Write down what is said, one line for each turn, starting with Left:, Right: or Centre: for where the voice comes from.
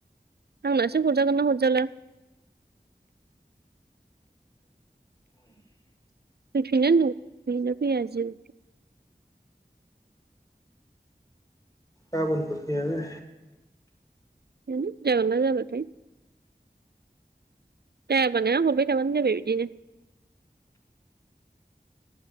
Right: आंनासो हरजागोन नना हरजाल फैफिनो हैनो फैया जों
Left: गाबोनफोर फैया बे
Right: जानो जागोन ना जालाथाय दे होनबाना हरबाय थाबानो जाबाय बिदिनो।